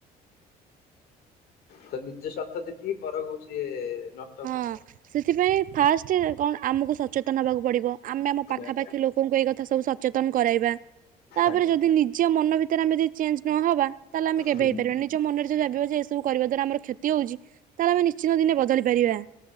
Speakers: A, on the left; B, on the right.
A: ତ ନିଜ ସ୍ୱାର୍ଥ ଦେଖି ପରକୁ ସିଏ ନ
B: ହଁ ସେଥିପାଇଁ ଫାଷ୍ଟ କଣ ଆମକୁ ସଚେତନ ହବାକୁ ପଡିବ ଆମେ ଆମ ପାଖାପାଖି
A: ଆଜ୍ଞା
B: ଲୋକଙ୍କୁ ଏଇ କଥା ସବୁ ସ ସଚେତନ କରାଇବା। ତାପରେ
A: ଆଜ୍ଞା
B: ଯଦି ନିଜ ମନ ଭିତରେ ଆମେ ଯଦି ଚେଞ୍ଜ ନହେବା, ତାହେଲେ ଆମେ କେବେ
A: ହୁଁ
B: ହେଇପାରିବାନି। ନିଜ ମନରେ ଯଦି ଭାବିବା ଯେ ଏସବୁ କରିବା ଦ୍ୱାରା ଆମ କ୍ଷତି ହଉଛି ତାହେଲେ ଆମେ ନିଶ୍ଚିନ୍ତ ଦିନେ ବଦଳି ପାରିବା।